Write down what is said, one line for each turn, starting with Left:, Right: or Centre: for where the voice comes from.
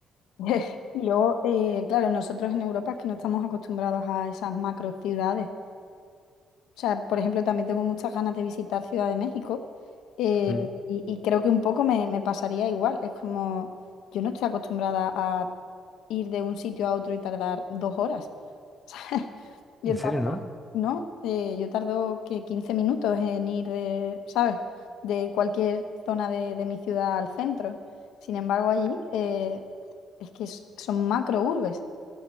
Left: <laughs> Y luego, eh, claro, nosotros en Europa es que no estamos acostumbrados a esas macro ciudades. O sea, por ejemplo, también tengo muchas ganas de visitar Ciudad de México eh,
Centre: Ujú.
Left: y, y creo que un poco me, me pasaría igual. Es como, yo no estoy acostumbrada a ir de un sitio a otro y tardar dos horas. <laughs> O sea, Yo
Centre: ¿En serio,
Left: tardo,
Centre: no?
Left: ¿no? Eh, yo tardo que 15 minutos en ir de, ¿sabes? De cualquier zona de, de mi ciudad al centro. Sin embargo, allí eh, es que es- son macro urbes.